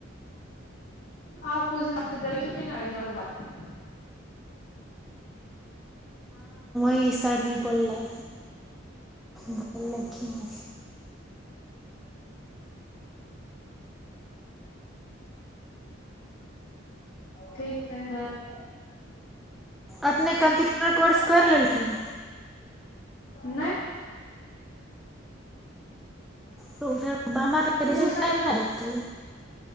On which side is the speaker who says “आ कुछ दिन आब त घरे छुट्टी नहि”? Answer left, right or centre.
Left